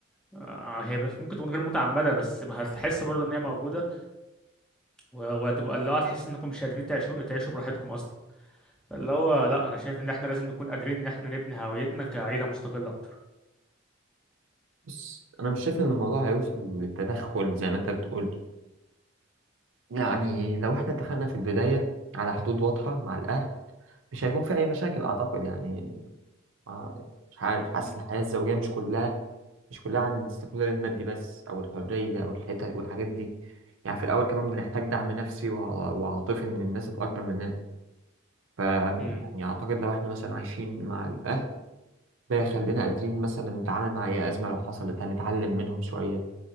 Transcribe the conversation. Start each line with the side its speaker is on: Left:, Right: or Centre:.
Centre: آه، هي ممكن تكون غير متعمدة بس هتحس برضه ان هي موجودة و- وهتبقى اللي هو تحس انكم مش قادرين تعيشوا تعيشوا براحتكم اصلا فاللي هو لا انا شايف ان احنا لازم نكون قادرين ان احنا نبني هويتنا كعيله مستقله اكتر
Right: بس انا مش شايف ان الموضوع هيوصل للتدخل زي ما انت بتقول يعني لو احنا اتفقنا في البدايه على حدود واضحه مع الاهل مش هيكون في اي مشاكل اعتقد يعني ما- مش عارف حاسس
Centre: مم.
Right: ان الحياة الزوجية مش كلها مش كلها عن الاستقلال المادي بس او الحرية والحتة والحاجات دي يعني في الاول كمان بنحتاج دعم نفسي وع- وعاطفي من الناس الاكبر مننا ف يعني
Centre: مم.
Right: اعتقد لو احنا مثلا عايشين مع الاهل ده يخلينا قادرين مثلا نتعامل مع اي ازمة لو حصلت هنتعلم منهم شوية